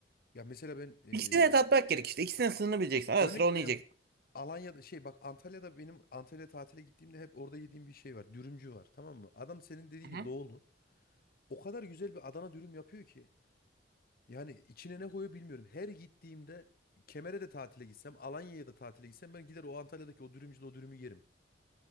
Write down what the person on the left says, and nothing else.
Ya mesela ben e,
örnek
veriyorum
Alanya'da şey bak Antalya'da benim Antalya tatile gittiğimde hep orada yediğim bir şey var. Dürümcü var tamam mı? Adam senin dediğin
gibi doğulu. O kadar güzel bir Adana dürüm yapıyor ki. Yani içine ne koyuyor bilmiyorum. Her gittiğimde Kemer'e de tatile gitsem, Alanya'ya da tatile gitsem ben gider o Antalya'daki o dürümcüde o dürümü yerim.